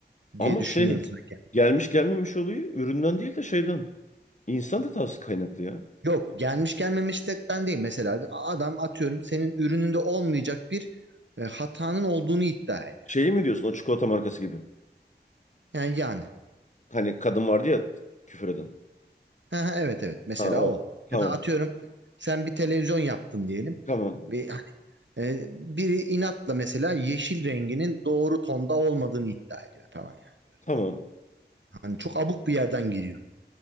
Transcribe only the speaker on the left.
Ama
şey
gelmiş gelmemiş olayı üründen değil de şeyden. İnsan hatası kaynaklı ya.
Şeyi mi diyorsun o çikolata markası gibi?
Hani kadın vardı ya küfür eden.
Ha o.
Tamam.
Tamam.
Tamam.